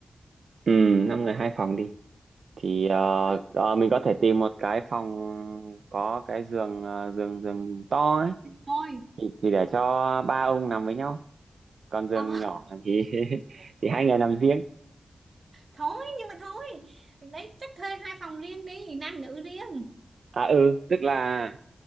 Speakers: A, on the right; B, on the right.
A: ừ năm người hai phòng đi thì ờ,
B: Đúng.
A: ờ, mình có thể tìm một cái phòng có cái giường ờ, giường giường to ấy
B: thôi
A: thì, thì để cho ba ông nằm với nhau còn giường
B: ờ
A: nhỏ thì <laughs> thì hai người nằm riêng
B: thôi nhưng mà thôi đấy chắc thuê hai phòng riêng đi nam nữ riêng
A: à ừ tức là